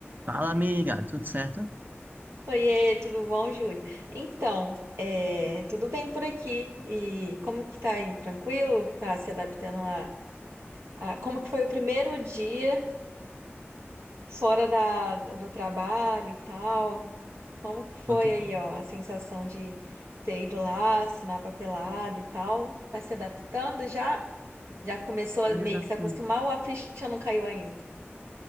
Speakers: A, on the right; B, on the right.
A: Fala, amiga, tudo certo?
B: Oiê, tudo bom, Júlio? Então, é, tudo bem por aqui? E como que tá aí? Tranquilo? Tá se adaptando a, a- como que foi o primeiro dia fora da, do trabalho e tal? Como que foi
A: Tô tentando
B: aí, ó, a sensação de ter ido lá, assinar papelada e tal? Tá se adaptando já? Já começou a
A: tô me
B: meio
A: adaptando.
B: que se acostumar ou a ficha não caiu ainda?